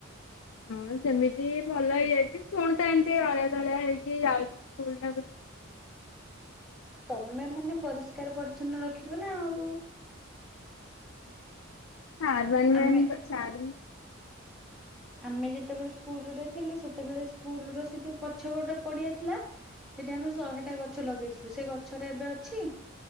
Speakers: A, on the left; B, in the centre.
A: ହଁ ସେମିତି ଭଲ ହେଇଯାଇଛି ପୁଣି ତ ଏମିତି ଅଳିଆ ତଳିଆ ହେଇକି ଯାଉଛି ସ୍କୁଲ ଟାକୁ
B: ତମେ ମାନେ ପରିଷ୍କାର ପରିଚ୍ଛନ୍ନ ରଖିବ ନା ଆଉ
A: ଚାର ମ
B: ଆମେ
A: ମ ଚାର
B: ଆମେ ଯେତେବେଳେ ସ୍କୁଲ ରେ ଥିଲୁ ସେତେବେଳେ ସ୍କୁଲ ର ସେ ଯୋଉ ପଛ ଗଟା ପଡିଆ ଥିଲା ସେଠି ଆମେ ଶହେଟା ଗଛ ଲଗେଇଥିଲୁ ୁ ସେ ଗଛରେ ଏବେ ଅଛି